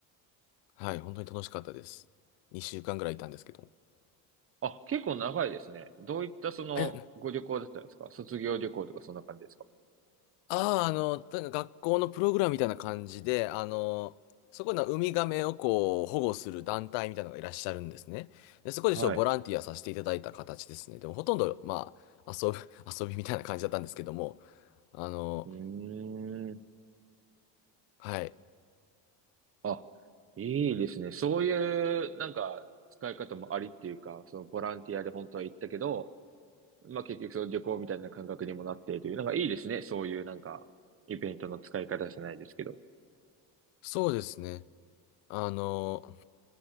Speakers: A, on the left; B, on the right.
A: はい、本当に楽しかったです。2週間ぐらいいたんですけど。
B: あ、結構長いですね。どういったそのご旅行だったんですか卒業旅行とかそんな感じですか
A: えああ、あの、なんか学校のプログラムみたいな感じで、あの、そこのウミガメをこう保護する団体みたいなのがいらっしゃるんですね。で、そこでちょっとボランティアさせていただいた形ですね。
B: はい。う
A: でもほとんど、まあ、遊ぶ <laughs> 遊びみたいな感じだったんですけども、あの、
B: ーん。
A: はい。
B: あ、いいですね。そういう、なんか、使い方もありっていうか、そのボランティアで本当は行ったけど、まあ結局その旅行みたいな感覚にもなっているという、なんかいいですね。そういうなんか、イベントの使い方じゃないですけど。
A: そうですね。あの、